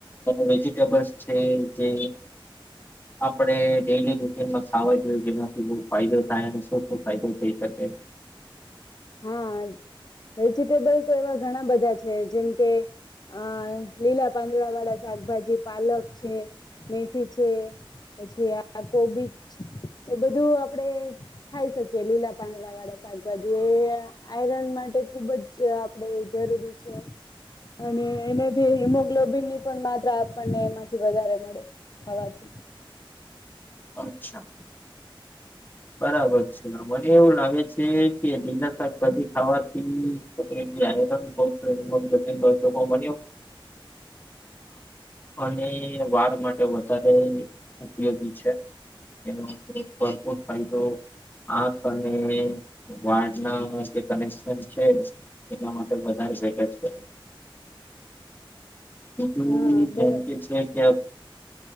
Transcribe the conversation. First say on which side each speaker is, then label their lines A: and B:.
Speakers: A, on the left; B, on the left.
A: વેજીિટેબલ્સ છે જે આપણે ડેલી રૂટીનમાં ખાવા જોઈએ જેનાથી બહું ફાયદો થાય શુ ફાયદો થઈ શકે?
B: હા વેજિટેબલ તો એવા ઘણા બધા છે જેમ કે અ લીલા પાંદડા વાળા શાકભાજી પાલક છે મેથી છે પછી આ કોબીજ એ બધું આપડે ખાઈ શકીએ લીલા પાંદડા વાળા શાકભાજી એ આયરન માટે ખુબ જ આપણે જરૂરી છે અને એનાથી હિમોગ્લોબિન ની પણ માત્રા આપણને એમાંથી વધારે મળે ખાવાથી.
A: અચ્છા. બરાબર છે મને એવું લાગે છે કે ડિનર પછી ખાવા પ્રતિનિધિ મ તો કો ન અને વાળ માટે વધારે ઉપયોગી છે એનો ભરપૂર ક તો આંખ અને વા ના જે કનેક્શન છે એના માટે વધારે બેટર છે. બ બીજું
B: હા
A: ધમ
B: બરાબર
A: કે છે કે